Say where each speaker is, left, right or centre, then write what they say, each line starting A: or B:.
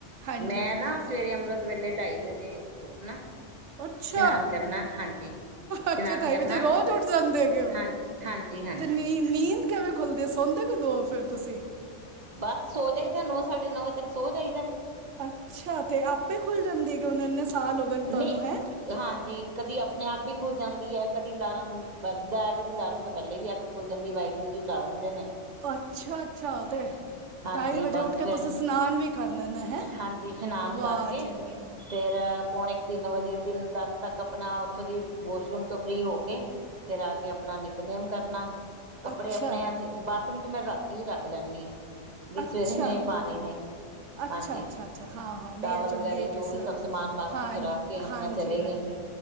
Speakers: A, on the right (about 75°); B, on the right (about 40°).
A: ਹਾਂਜੀ
B: ਮੈਂ ਨਾ ਸਵੇਰੇ ਅੰਮ੍ਰਿਤ ਵੇਲੇ ਢਾਈ ਵਜੇ ਉੱਠਣਾ
A: ਅੱਛਾ
B: ਇਸ਼ਨਾਨ ਕਰਨਾ ਹਾਂਜੀ ਇਸ਼ਨਾਨ
A: ਅੱਛਾ ਢਾਈ
B: ਕਰਨਾ
A: ਵਜੇ ਰੋਜ਼ ਉੱਠ ਜਾਂਦੇ ਹੈਗੇ ਹੋ
B: ਹਾਂਜੀ ਹਾਂਜੀ ਹਾਂ
A: ਤੇ ਨੀਂ ਨੀਂਦ ਕਵੇਂ ਖੁੱਲਦੇ ਸੌਦੇ ਕ ਦੋ ਫਿਰ ਤੁਸੀਂ
B: ਬਸ ਸੋ ਜਾਈਦਾ ਨੌ ਸਾਢੇ ਨੌ ਵਜੇ ਤੱਕ ਸੌ ਜਾਈਦਾ
A: ਅੱਛਾ ਤੇ ਆਪੇ ਖੁੱਲ ਜਾਂਦੇ ਹੈਗੇ ਉਹਨੇ ਇੰਨੇ ਸਾਲ ਹੋ ਗਏ
B: ਨਹੀਂ
A: ਤੁਹਾਨੂੰ ਹੈਂ
B: ਹਾਂਜੀ ਕਦੀ ਆਪਣੇ ਆਪ ਵੀ ਖੁੱਲ ਜਾਂਦੀ ਹੈ ਕਦੀ ਅਲਾਰਮ ਬੱਜਦਾ ਕਦੀ ਅਲਾਰਮ ਤਾਂ ਪਹਿਲੇ ਵੀ ਅੱਖ ਖੁੱਲ ਜਾਂਦੀ ਵਾਹਿਗੁਰੂ ਜੀ ਉਠਾ ਦਿੰਦੇ ਨੇ
A: ਅੱਛਾ ਅੱਛਾ ਤੇ
B: ਹਾਂਜੀ
A: ਢਾਈ ਵਜੇ
B: ਬਸ
A: ਉੱਠ ਕੇ
B: ਫਿਰ
A: ਤੁਸੀਂ ਇਸ਼ਨਾਨ ਵੀ ਕਰ ਲੈਣਾ ਹੈ
B: ਹਾਂਜੀ ਇਸ਼ਨਾਨ
A: ਵਾਹ
B: ਕਰਕੇ
A: ਜੀ ਵਾਹ
B: ਫੇਰ ਪੌਣੇ ਕ ਤਿੰਨ ਵਜੇ ਤਿੰਨ ਦਸ ਤੱਕ ਆਪਣਾ ਉੱਥੋਂ ਦੀ ਵਾਸ਼ਰੂਮ ਤੋਂ ਫ੍ਰਰੀ ਹੋ ਕੇ ਫੇਰ ਆ ਕੇ ਆਪਣਾ ਨਿਕ ਨਿਤਨੇਮ ਕਰਨਾ ਕੱਪੜੇ
A: ਅੱਛਾ
B: ਆਪਣੇ ਅਸੀਂ ਬਾਥਰੂਮ 'ਚ ਮੈਂ ਰਾਤੀ ਵੀ ਰੱਖ ਲੈਂਦੀ ਵੀ
A: ਅੱਛਾ
B: ਸਵੇਰੇ ਮੈਂ ਇਹ ਪਾਉਣੇ ਨੇ
A: ਅੱਛਾ
B: ਹਾਂਜੀ
A: ਅੱਛਾ ਹਾਂ ਹਾਂ ਨਹੀਂ
B: ਟਾਵਲ
A: ਆ ਚੰਗੀ
B: ਵਗੈਰਾ
A: ਹੈਗੀ
B: ਜੋ
A: ਸਲਾਹ
B: ਵੀ ਸਭ ਸਮਾਨ ਬਾਥ
A: ਹਾਂ
B: ਆਸਮ 'ਚ ਰੱਖ ਕੇ ਆਪਣਾ
A: ਹਾਂਜੀ
B: ਚਲੇ
A: ਹਾਂਜੀ
B: ਗਏ